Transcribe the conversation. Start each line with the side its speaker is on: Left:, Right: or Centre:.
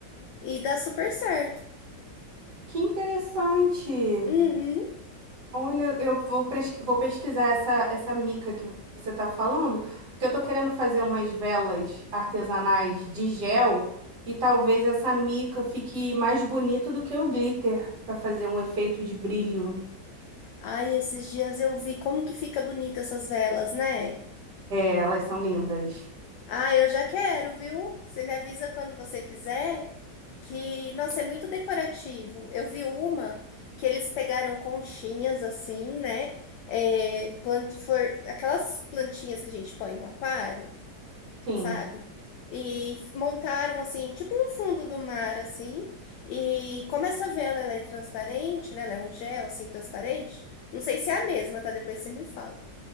Left: E dá super certo.
Right: Que interessante.
Left: Uhum.
Right: Olha, eu vou, pres- vou pesquisar essa, essa mica que você está falando, porque eu estou querendo fazer umas velas artesanais de gel e talvez essa mica fique mais bonito do que o glitter para fazer um efeito de brilho.
Left: Ai, esses dias eu vi como que fica bonita essas velas, né?
Right: É, elas são lindas.
Left: Ah, eu já quero, viu? Você me avisa quando você fizer. que, nossa, é muito decorativo. Eu vi uma que eles pegaram conchinhas assim, né? É, plant, flor- aquelas plantinhas que a gente põe no aquário,
Right: Sim.
Left: sabe? E f- montaram assim, tipo um fundo do mar assim. E como essa vela ela é transparente, né? Ela é um gel assim transparente. Não sei se é a mesma, tá? Depois você me fala.